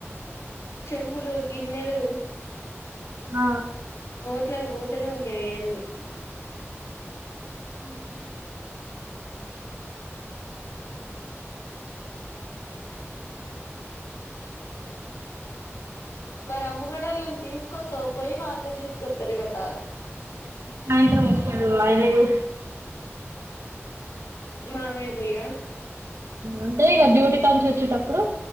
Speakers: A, on the left; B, on the right.
A: చమ్ములు గిన్నెలు
B: ఆ
A: ఇంట్లో పోతూనే ఉన్నాయి అవన్నీ
B: అ
A: మరి అమ్ముగడలని తీసుకొస్త పోయి వాళ్ళు తీసుకొస్తారు కదా
B: సాయంత్రం వస్తాడు మా అన్నేది
A: మామయ్య బయ్యా
B: అంటే ఇక డ్యూటీ కానుంచి వచ్చేటప్పుడు